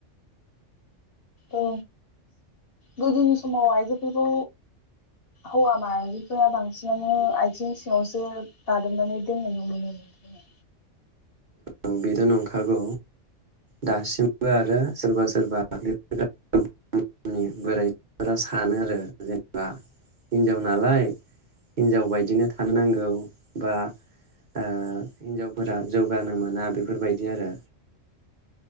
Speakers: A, on the left; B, on the right.
A: ओ गोदोनि समाव आइजोफोरखौ हौवा माहारिफोरा बांसिनानो बांसिनानो आथिं सिङावसो दादबनानै दोननाय नुुनो मोन
B: औ बेथ नंखागौ दासिमबो आरो सोरबा सोरबा <unintelligible> नि बोराइफोरा सानो आरो जेनेबा हिनजाव नालाय हिनजाव बायदिनो थानो नांगौ बा ओ हिनजावफोरा जौ जौगानो मोना बेफोरबायदि आरो